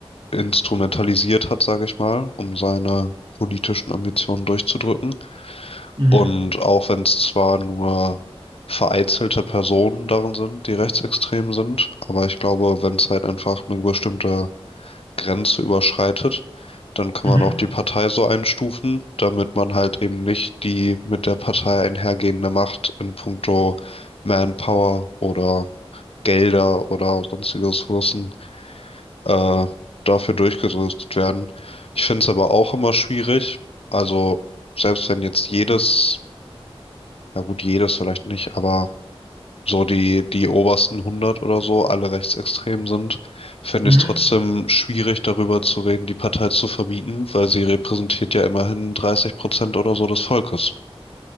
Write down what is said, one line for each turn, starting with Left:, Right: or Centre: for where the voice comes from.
Left: instrumentalisiert hat, sage ich mal, um seine politischen Ambitionen durchzudrücken.
Right: Mhm.
Left: Und auch wenn es zwar nur vereinzelte Personen darin sind, die rechtsextrem sind, aber ich glaube, wenn es halt einfach eine bestimmte Grenze überschreitet, dann kann
Right: Mhm.
Left: man auch die Partei so einstufen, damit man halt eben nicht die mit der Partei einhergehende Macht in puncto Manpower oder Gelder oder sonstige Ressourcen äh, dafür durchgerüstet werden. Ich finde es aber auch immer schwierig. Also selbst wenn jetzt jedes, na gut, jedes vielleicht nicht, aber so die, die obersten hundert oder so alle rechtsextrem sind, finde
Right: Mhm.
Left: ich es trotzdem schwierig, darüber zu reden, die Partei zu verbieten, weil sie repräsentiert ja immerhin 30 Prozent oder so des Volkes.